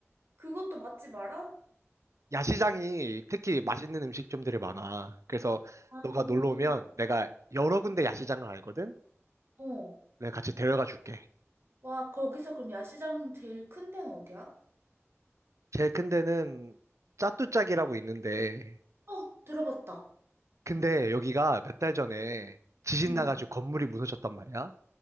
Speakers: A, on the right (about 55°); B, on the right (about 80°).
A: 그것도 맛집 알아?
B: 야시장이 특히 맛있는 음식점들이 많아. 그래서
A: 아,
B: 너가 놀러 오면 내가 여러 군데 야시장을 알거든?
A: 어.
B: 내가 같이 데려가 줄게.
A: 와, 거기서 그럼 야시장 제일 큰 데는 어디야?
B: 제일 큰 데는 짜뚜짝이라고 있는데,
A: 어, 들어봤다.
B: 근데 여기가 몇 달 전에 지진
A: 응.
B: 나가지고 건물이 무너졌단 말이야.